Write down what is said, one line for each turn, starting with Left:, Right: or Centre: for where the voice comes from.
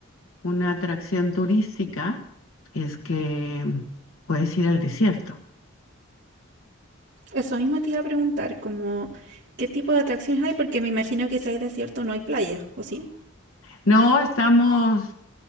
Left: una atracción turística es que mm, puedes ir al desierto.
Right: Eso mismo te iba a preguntar, como qué tipo de atracciones hay, porque me imagino que si hay desierto no hay playa, ¿o sí?
Left: No, estamos